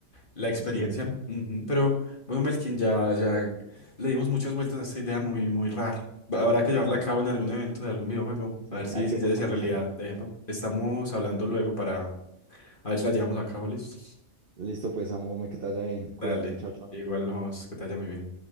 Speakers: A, on the left; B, on the right.
A: La experiencia.
B: Experiencia.
A: ujú, Pero bueno, Melkin, ya, ya le dimos muchas vueltas a esta idea muy, muy rara. Habrá que llevarla
B: Sí, sí.
A: a cabo en algún evento de algún videojuego.
B: Sí,
A: A
B: hay,
A: ver
B: que-
A: si,
B: hay que
A: si
B: formalizarla.
A: se hace realidad. Epa. Estamos hablando luego para a ver si la llevamos a cabo, listo.
B: Listo, pues, amo, me que te vaya bien.
A: Dale.
B: Cuídate, chao, chao.
A: Igual nos, que te vaya muy bien.